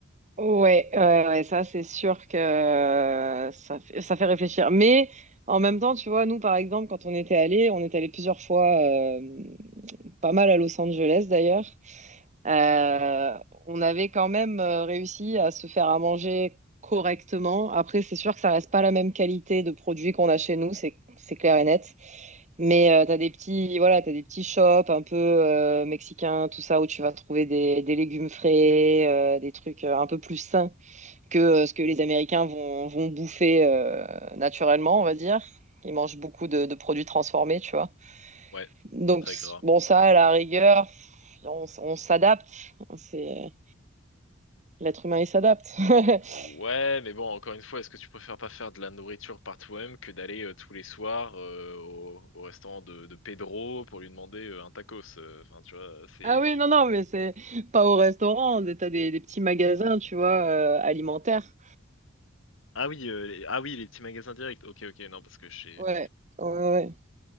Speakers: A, on the right; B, on the left.
A: Ouais, ouais, ouais, ça c'est sûr que euh, ça fait, ça fait réfléchir. Mais en même temps, tu vois, nous par exemple, quand on était allés, on est allés plusieurs fois. Euh, pas mal à Los Angeles d'ailleurs. Euh, on avait quand même euh, réussi à se faire à manger correctement. Après, c'est sûr que ça reste pas la même qualité de produits qu'on a chez nous, c'est c'est clair et net. Mais euh, t'as des petits, voilà, t'as des petits shops un peu euh, mexicains, tout ça, où tu vas trouver des, des légumes frais, euh, des trucs euh, un peu plus sains que euh, ce que les Américains vont, vont bouffer euh, naturellement, on va dire. Ils mangent beaucoup de, de produits transformés, tu vois.
B: Ouais,
A: Donc,
B: très gras.
A: bon, ça, à la rigueur, on, on s'adapte. C'est, l'être humain, il s'adapte. <laughs>
B: Ouais, mais bon, encore une fois, est-ce que tu préfères pas faire de la nourriture par toi-même que d'aller euh, tous les soirs euh, au, au restaurant de, de Pedro pour lui demander euh, un tacos? euh, Enfin, tu vois, c'est...
A: Ah oui, non, non, mais c'est pas au restaurant. T'as des, des petits magasins, tu vois, euh, alimentaires.
B: Ah oui, euh, les- ah oui, les petits magasins directs. Ok, ok, non, parce que chez...
A: Ouais, ouais, ouais.